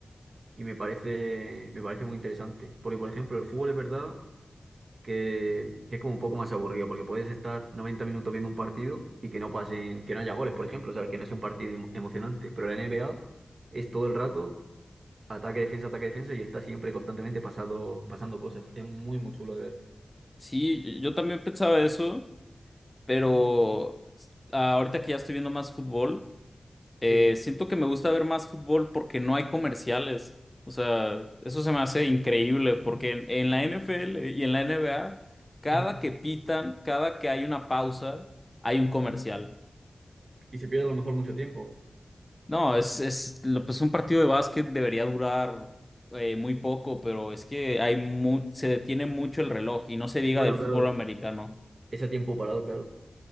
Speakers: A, on the right; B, on the left.
A: y me parece, me parece muy interesante. Porque, por ejemplo, el fútbol es verdad. que, que es como un poco más aburrido, porque puedes estar 90 minutos viendo un partido y que no pasen, que no haya goles, por ejemplo, ¿sabes? Que no sea un partido em- emocionante. Pero la NBA es todo el rato ataque, defensa, ataque, defensa y está siempre constantemente pasado, pasando cosas. Es muy, muy chulo de ver.
B: Sí, yo también pensaba eso, pero
A: Mm,
B: ah, ahorita que ya estoy viendo más fútbol. Eh,
A: Sí.
B: siento que me gusta ver más fútbol porque no hay comerciales. O sea, eso se me hace increíble porque en, en la NFL y en la NBA, cada
A: ujú.
B: que pitan, cada que hay una pausa, hay un comercial.
A: Y se pierde a lo mejor mucho tiempo.
B: No, es, es lo- pues un partido de básquet debería durar eh, muy poco, pero es que hay mu- se detiene mucho el reloj y no se diga
A: Bueno,
B: del fútbol
A: claro,
B: americano.
A: ese tiempo parado, claro.